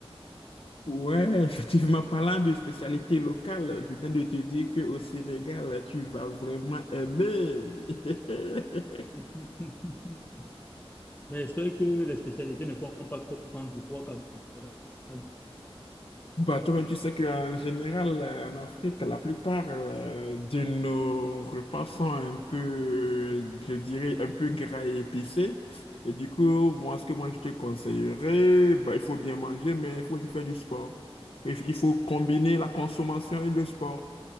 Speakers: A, on the left; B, on the left.
A: Ouais, <laughs> effectivement, parlant de spécialité locale, je viens de te dire qu'au Sénégal, tu vas vraiment aimer. <laughs>
B: <laughs> Mais j'espère que les spécialités ne font pas trop prendre du poids quand même.
A: Bah, toi-même, tu sais qu'en général, euh, en Afrique, la plupart euh, de nos repas sont un peu, je dirais, un peu gras et épicés. Et du coup, moi, ce que moi, je te conseillerais, bah, il faut bien manger, mais il faut aussi faire du sport. Et Il faut combiner la consommation et le sport.